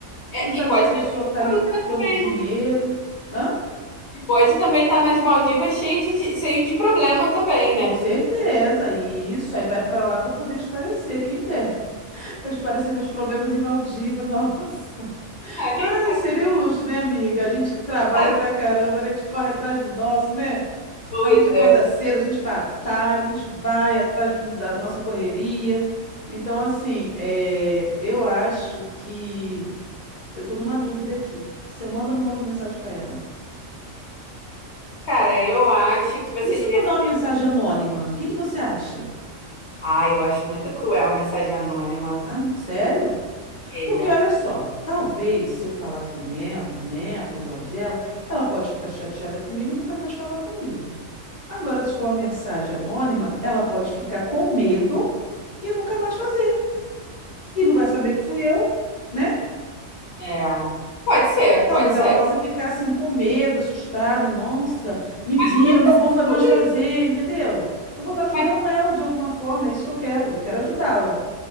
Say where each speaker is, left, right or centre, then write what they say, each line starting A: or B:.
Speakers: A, on the left; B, on the left.
A: é,
B: gente não sabe
A: e pode
B: se a pessoa
A: estar assim
B: tá ali com tanto
A: também,
B: dinheiro.
A: né?
B: Hã?
A: E pode também estar nas Maldivas cheio de, de- cheio de problema também,
B: Com
A: né?
B: certeza, isso. Aí vai pra lá pra poder esparecer, quem dera. <laughs> Eu espareci meus problemas em Maldiva, <laughs> nossa.
A: Ah, quem
B: Ai, seria um luxo, né, amiga? A gente que trabalha
A: sabe?
B: pra caramba, né? A gente corre atrás do nosso, né?
A: Pois
B: A gente acorda
A: é.
B: cedo, a gente batalha, a gente vai atrás do- da nossa correria. Então, assim, é, eu acho que eu tô numa dúvida aqui. Se eu mando ou não mando mensagem para ela?
A: Cara, eu acho que você
B: E se
A: devia
B: eu mandar
A: fazer.
B: uma mensagem anônima? O que que você acha?
A: Ah, eu acho muito cruel a mensagem anônima.
B: Ah, sério?
A: É,
B: Porque olha só, talvez se eu falar com ela, né, abrir os olhos dela, ela pode ficar chateada comigo e nunca mais falar comigo. Agora, se for uma mensagem anônima, ela pode ficar com medo e nunca mais fazer. E não vai saber que fui eu, né?
A: é. Pode ser,
B: Talvez
A: pode ser.
B: ela possa ficar assim com medo, assustada. Nossa, me viram,
A: Mas como é que
B: não
A: você
B: vou fa- mais
A: vai fazer?
B: fazer,
A: isso?
B: entendeu? Eu vou estar ajudando
A: Mas,
B: ela de alguma forma, é isso que eu quero. Eu quero ajudá-la.